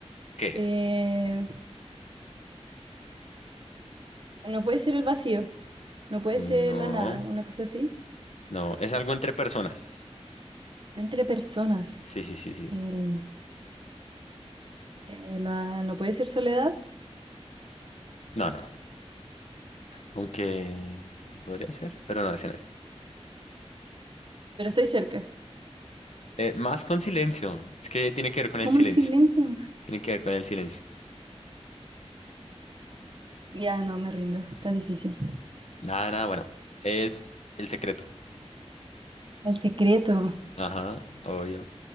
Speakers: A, on the left; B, on the right.
A: ¿Qué
B: Eh,
A: es?
B: no puede ser el vacío, no puede
A: No,
B: ser la nada, una cosa así.
A: no, es algo entre personas.
B: Entre personas.
A: Sí, sí, sí, sí.
B: El, eh, la, no puede ser soledad,
A: No, no, aunque podría ser, pero no, ese no es.
B: pero estoy cerca.
A: Eh, más con silencio. Es que tiene que ver con
B: ¿Cómo
A: el silencio.
B: en silencio?
A: Tiene que ver con el silencio.
B: Ya, no, me rindo, está difícil.
A: Nada, nada, bueno. Es el secreto.
B: El secreto.
A: Ajá, obvio.